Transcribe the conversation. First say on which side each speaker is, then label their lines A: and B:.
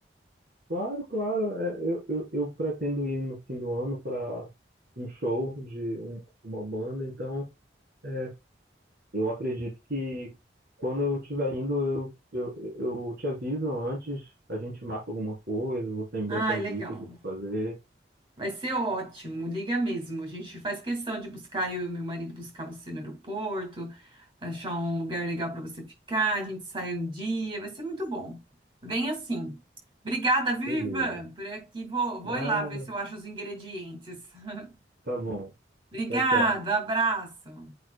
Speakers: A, on the right; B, on the right.
A: Claro, claro. É, eu, eu, eu pretendo ir no fim do ano para um show de um- uma banda, então é, eu acredito que quando eu estiver indo, eu, eu, eu te aviso antes, a gente marca alguma coisa, você me dá essas
B: Ai, legal.
A: dicas do que fazer.
B: Vai ser ótimo, liga mesmo. A gente faz questão de buscar, eu e meu marido buscar você no aeroporto, achar um lugar legal para você ficar, a gente sai um dia, vai ser muito bom. Vem assim. Obrigada, viu,
A: Beleza.
B: Ivan? Por aqui vou, vou
A: Nada.
B: ir lá ver se eu acho os ingredientes. <laughs>
A: Tá bom.
B: Obrigada,
A: Tchau, tchau.
B: abraço.